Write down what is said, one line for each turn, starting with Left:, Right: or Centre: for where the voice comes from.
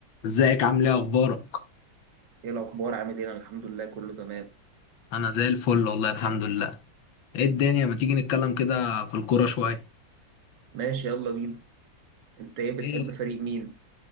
Left: ازيك عامل ايه اخبارك
Right: ايه الاخبار عامل ايه انا الحمد لله كله تمام
Left: انا زي الفل والله الحمد لله ايه الدنيا ما تيجي نتكلم كده في الكوره شويه
Right: ماشي يلا بينا انت ايه بتحب
Left: ايه
Right: فريق مين